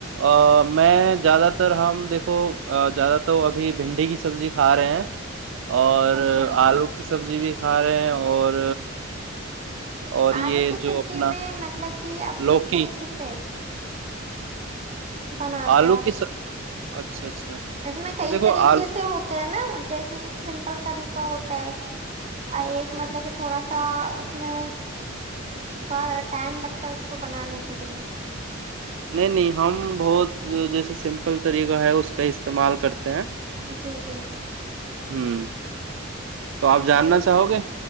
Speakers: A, on the right (about 65°); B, on the right (about 35°).
A: ا میں زیادہ تر ہم دیکھ کو زیادہ تو ابھی بھنڈی کی سبزی کھا رہے ہیں اور
B: اچھا
A: آلو کی سبزی بھی ھا رہے ہیں اور اور
B: آلو
A: یہ
B: کی
A: جو
B: سبزی
A: اپنا
B: میں مطلب کہ اب
A: لوکی
B: کس طریقے سے بناتے
A: آلو
B: ہو
A: کی س... اچھا اچھا
B: اس میں کئی
A: تو دیکھو
B: طریقے
A: آل
B: سے ہوتے ہیں نا جیسے ایک سمپل طریقے ہوتا ہے ایک مطلب کہ تھوڑا سا اس میں تھوڑا ٹائم لگتا ہے اس کو بنانے کے لیے
A: نہیں نہیں ہم بہت جیسے سمپل طریقہ ہے اس کا استعمال کرتے ہیں
B: جی جی
A: ہوں تو آپ
B: اس
A: جاننا
B: میں
A: چاہو گے